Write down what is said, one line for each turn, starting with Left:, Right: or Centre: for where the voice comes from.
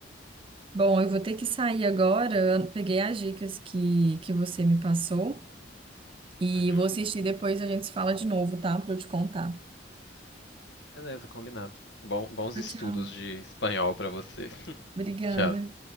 Right: Bom, eu vou ter que sair agora. Eu peguei as dicas que, que você me passou e
Left: Uhum.
Right: vou assistir depois a gente se fala de novo, tá? Pra eu te contar.
Left: Beleza, combinado. Bom- bons
Right: Tchau,
Left: estudos
Right: tchau.
Left: de espanhol pra você. <laughs>
Right: Obrigada.
Left: Tchau.